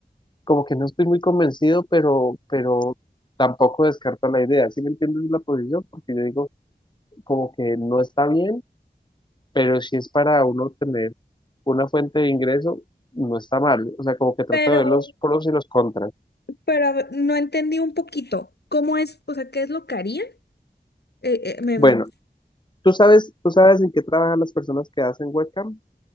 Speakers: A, on the left; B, on the left.
A: como que no estoy muy convencido, pero, pero tampoco descarto la idea, ¿sí me entiendes la posición? Porque yo digo como que no está bien, pero si es para uno tener una fuente de ingreso, no está mal, o sea, como que trato
B: Pero,
A: de ver los pros y los contras.
B: Pero a ver, no entendí un poquito. ¿Cómo es? O sea, ¿qué es lo que harían? Eh, eh, me-
A: Bueno, ¿tú sabes, tú sabes en qué trabajan las personas que hacen webcam?